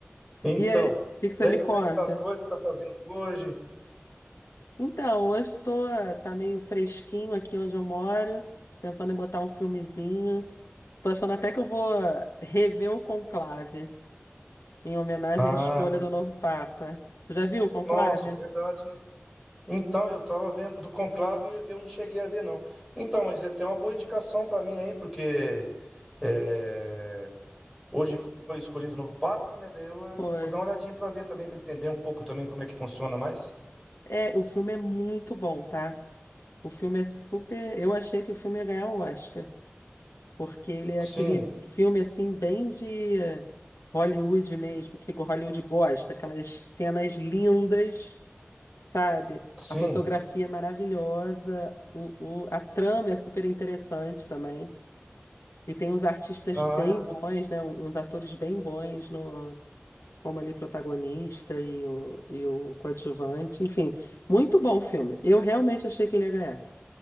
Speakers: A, in the centre; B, on the left (about 85°).
A: Então,
B: E aí, o que que você
A: daí
B: me
A: como
B: conta?
A: é que tá as coisas que tá fazendo hoje?
B: Então, hoje tô, tá meio fresquinho aqui onde eu moro, pensando em botar um filmezinho. Tô achando até que eu vou rever o Conclave, em homenagem
A: Ah,
B: à escolha do novo Papa. Você já viu o Conclave?
A: nossa, verdade, né? Então, eu tava vendo do Conclave, eu não cheguei a ver, não. Então, mas é até uma boa indicação pra mim aí, porque. é, Hoje foi escolhido o novo Papa, né? Daí eu eh,
B: Foi.
A: vou dar uma olhadinha para ver também, para entender um pouco também como é que funciona mais.
B: É, o filme é muito bom, tá? O filme é super. Eu achei que o filme ia ganhar o Oscar, porque ele é
A: Sim,
B: aquele filme assim, bem de Hollywood mesmo, que Hollywood gosta, aquelas cenas lindas, sabe?
A: sim.
B: A fotografia é maravilhosa, o, o- a trama é super interessante também. E tem uns artistas
A: Ah,
B: bem bons, né? Um, Uns atores bem bons no, como ali protagonista e o, e o coadjuvante. Enfim, muito bom o filme. Eu realmente achei que ele ia ganhar.